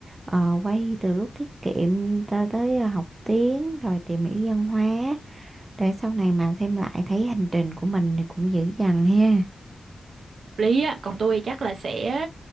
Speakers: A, on the right; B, on the right.
A: Ờ, quay từ lúc tiết kiệm cho tới ờ, học tiếng rồi tìm hiểu văn hóa để sau này mà xem lại thấy hành trình của mình thì cũng dữ dằn ha.
B: lý á còn tôi chắc là sẽ